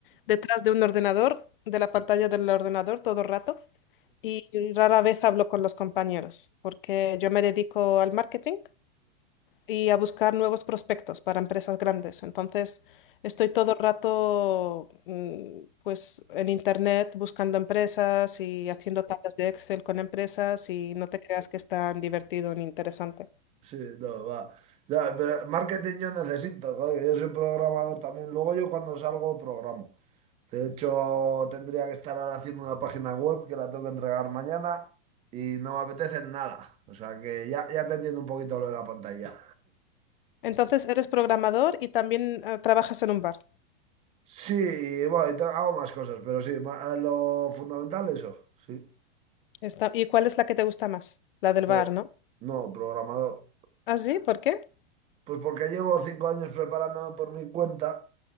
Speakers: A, on the left (about 55°); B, on the right (about 20°).
A: detrás de un ordenador, de la pantalla del ordenador todo el rato. y rara vez hablo con los compañeros porque yo me dedico al marketing y a buscar nuevos prospectos para empresas grandes. Entonces, estoy todo el rato mm, pues en internet buscando empresas y haciendo tablas de Excel con empresas y no te creas que es tan divertido ni interesante.
B: Sí, no, va. Ya, pero marketing yo necesito, joder, yo soy programador también. Luego yo cuando salgo programo. De hecho, tendría que estar ahora haciendo una página web que la tengo que entregar mañana y no me apetece nada. O sea que ya, ya te entiendo un poquito lo de la pantalla.
A: Entonces, eres programador y también eh, trabajas en un bar.
B: Sí, bueno, y te- hago más cosas, pero sí, ma- eh, lo fundamental eso, sí.
A: Está- ¿y cuál es la que te gusta más? La del bar,
B: Eh,
A: ¿no?
B: no, programador.
A: ¿Ah, sí? ¿Por qué?
B: Pues porque llevo cinco años preparándome por mi cuenta.